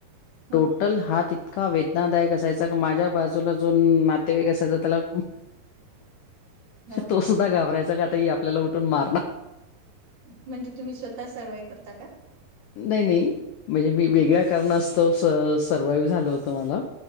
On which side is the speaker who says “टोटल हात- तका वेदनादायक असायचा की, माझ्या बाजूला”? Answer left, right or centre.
Left